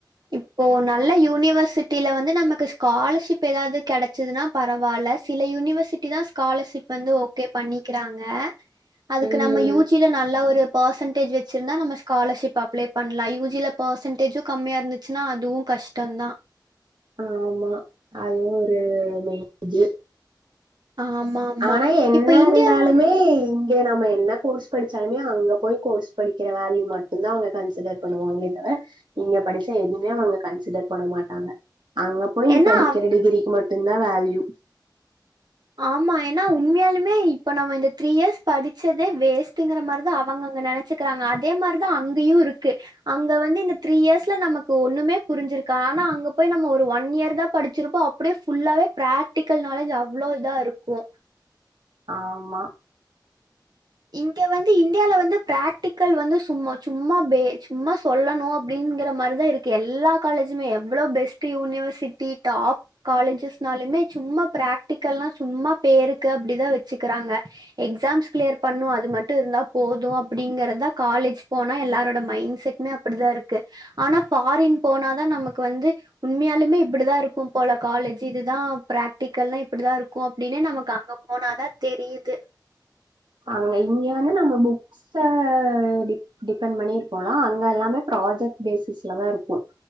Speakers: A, on the right; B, on the right.
A: இப்போ நல்ல யூனிவர்சிட்டில வந்து நமக்கு ஸ்காலர்ஷிப் ஏதாவது கெடைச்சதுன்னா பரவால்ல சில யூனிவர்சிட்டி தா ஸ்காலர்ஷிப் வந்து ஓகே பண்ணிக்கிறாங்க அதுக்கு
B: ம்
A: நம்ம யூ ஜி ல நல்லா ஒரு பர்சன்டேஜ் வச்சிருந்தா நம்ம ஸ்காலர்ஷிப் அப்ளை அ லைவஜில பெர்சன்டேஜும் கம்மியா இருந்துச்சுன்னா அதுவும் கஷ்டம்தா
B: ஆமா அதுவு ஒரு மே இது
A: ஆமா ஆமா
B: ஆனா என்ன
A: இப்ப இந்தியா
B: இருந்தாலுமே இங்க நம்ம என்ன கோர்ஸ் படிச்சாலுமே அங்க போய் கோர்ஸ் படிக்கிற வேல்யூ மட்டுந்தா அவங்க கன்சிடர் பண்ணுவாங்களே தவற இங்க படிச்சா எதுவுமே அவங்க கன்சிடர் பண்ண மாட்டாங்க அங்க போய நீ
A: ஏன்னா
B: படிக்கிற டிகிரிக்கு மட் என்னா வேல்யூ
A: ஆமா ஏன்னா உண்மையாலுமே இப்ப நம்ம இந்த த்ரீ இயர்ஸ் படிச்சதே வேஸ்டுங்கிறதிரிதா அவங்க அங்க நெனைச்சுக்கிறாங்க அதே மாதிரிதா அங்கேயு இருக்கு அங்க வந்து இந்த த்ரீ இயர்ஸ்ல நமக்கு ஒண்ணுமே புரிஞ்சிருக்கா ஆனா அங்க போய் நம்ம ஒரு ஒன் இயர் தா படிச்சிருப்போ அப்படியே ஃபுல்லாவே பிராக்டிக்கல் நாலேஜ் ஆ அவ்வளவ்தா இருக்கு
B: ஆமா
A: இங்க வந்து இந்தியால வந்து பிராக்டிக்கல் வந்து சும்மா சும்மா பே சும்மா சொல்லணு அப்படிங்கற மாரிதா இருக்கு எல்லா காலேஜுமே எவ்ளோ பெஸ்ட் யூனிவர்சிட்டி டாப் காலேஜஸ்னாலுமே சும்மா பிராக்டிக்கல்லா சும்மா பேருக்கு அப்படிதா வச்சுக்கிறாங்க எக்ஸாம்ஸ் கிளியர் பண்ண அது மட்டும் இருந்தா போதும் அப்படிங்கறதா காலேஜ் போனா எல்லாரோட மைண்ட் செட்மே அப்படிதா இருக்கு ஆனா ஃபாரின் போனாதா நமக்கு வந்து உண்மையாலுமே இப்படிதா இருக்கும் போல காலேஜ்ஜு இதுதா பிராக்டிக்கல்தா இப்படிதா இருக்கும் அப்படின்னே நமக்கு அங்க போனாதா தெரியுது
B: அங்க இங்க வந்து நம்ம புக்ஸ் ஆஹ் டி டிபெண்ட் பண்ணிருப்போம்லா அங்கல்லாமே ப்ராஜெக்ட் பேசிஸ்லதா இருக்கு